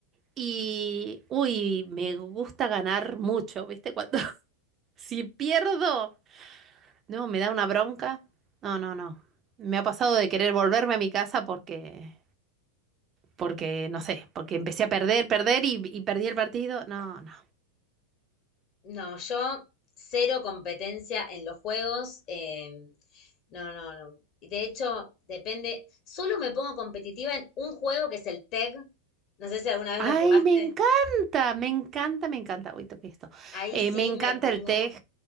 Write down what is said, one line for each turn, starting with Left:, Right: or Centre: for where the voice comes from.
Right: Y, uy, me gusta ganar mucho, ¿viste? Cuando, Si pierdo, no, me da una bronca. No, no, no. Me ha pasado de querer volverme a mi casa porque, porque, no sé, porque empecé a perder, perder y, y perdí el partido. No, no.
Left: No, yo cero competencia en los juegos. em, no, no, no. Y de hecho, depende. Solo me pongo competitiva en un juego que es el tag, No sé si alguna vez
Right: Ay,
Left: lo jugaste.
Right: me encanta, me encanta, me encanta. Uy, toqué esto.
Left: Ahí
Right: Eh,
Left: sí
Right: me encanta
Left: me pongo
Right: el tej.